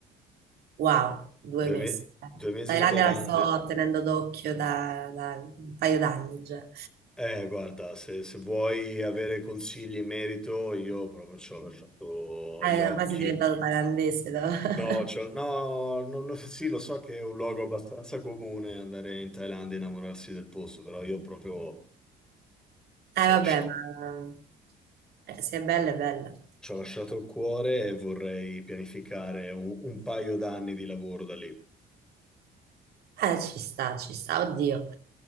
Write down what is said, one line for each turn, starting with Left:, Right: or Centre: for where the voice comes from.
Right: Wow, due
Centre: due,
Right: mesi.
Centre: me- due mesi
Right: Thailandia
Centre: di Thailandia.
Right: la sto tenendo d'occhio da, da un paio d'anni già.
Centre: Eh, guarda, se, se vuoi avere consigli in merito, io proprio ci ho lasciato
Right: Eh,
Centre: gli occhi.
Right: ormai sei diventato thailandese, no? <laughs>
Centre: No, cioè, no, no, no, sì, lo so che è un luogo abbastanza comune andare in Thailandia e innamorarsi del posto, però io proprio
Right: Eh
Centre: ci
Right: vabbè,
Centre: ho lascia-
Right: ma eh, se è bella è bella.
Centre: ci ho lasciato il cuore e vorrei pianificare un, un paio d'anni di lavoro da lì.
Right: Eh, ci sta, ci sta, oddio.